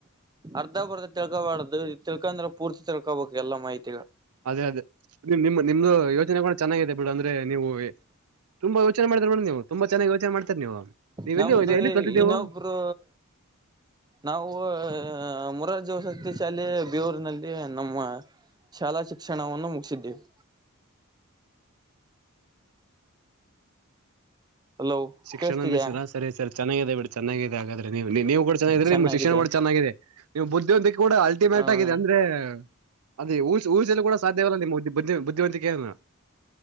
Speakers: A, on the right; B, on the right.
A: ಅರ್ಧ ಬರ್ಧ ತಿಳ್ಕೊಬಾರ್ದು ತಿಳ್ಕ ಅಂದ್ರೆ ಪೂರ್ತಿ ತಿಳ್ಕೊಬಬೇಕಕ್ ಎಲ್ಲಾ ಮಾಹಿತಿ.
B: ಅದೇ ಅದೇ ನಿಮ ನಿಮ್ದು ಯೋಚನೆ ಕೂಡ ಚೆನ್ನಾಗಿದೆ ಬಿಡು ಅಂದ್ರೆ ನೀವು. ತುಂಬಾ ಯೋಚನೆ ಮಾಡ್ತಾರ ನೋಡ್ ನೀವು ತುಂಬಾ ಚೆನ್ನಾಗಿ ಯೋಚನೆ ಮಾಡ್ತಾರ ನೀವು ನೀ್
A: ನಮ್ದು
B: ಎಲ್ಲಿ ಹ ಎಲ್ಲಿ ಕಲ್ತಿದ್ದೆವು.
A: ಇನ್ನೊಬ್ರು ನಾವು ಮುರಾರ್ಜ ವಸತಿ ಶಾಲೆ ಬೇವೂರ್ನಲ್ಲಿ. ನಮ್ಮ ಶಾಲಾ ಶಿಕ್ಷಣವನ್ನು ಮುಗಿಸಿದ್ದೀವಿ. ಹಲೋ
B: ಶಿಕ್ಷಣ
A: ಕೇೇಳಸ್ತಿದಯಾ
B: ಮಸ್ರ ಸರಿ ಸರಿ. ಚೆನ್ನಾಗಿದೆ ಬಿೇಡ ಚೆನ್ನಾಗಿದೆ ಹಾಗ್ರೆ ನೀವು ನೀವು ಕೂಡ ಚೆನ್ನಿದ್ರೆ
A: ಚೆನ್ನಾಗಿದೆ
B: ನಿಮ್ಮ ಶಿಕ್ಷಣ ಕೂಡ ಚೆನ್ನಾಗಿದೆ ನೀವು ಬುದ್ಧಿ. ಕೂಡ ಅಲ್ಟಿಮೇಟ್
A: ಹ
B: ಆಗಿದೆ ಅಂದ್ರೆ. ಅದೇಊ ಊರ್ೊ ಕೂಡ ಸಾಧ್ಯವಲ್ಲ ನಿಮ್ಮ್ ಬುದ್ದಿ ಬುದ್ಧಿವಂತಿಕೆನ.